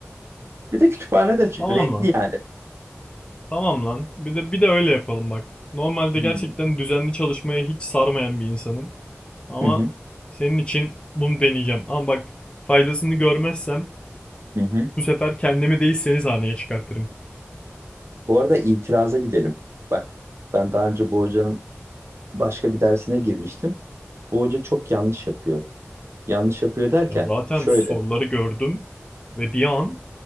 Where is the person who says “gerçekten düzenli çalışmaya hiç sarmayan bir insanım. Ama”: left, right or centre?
Left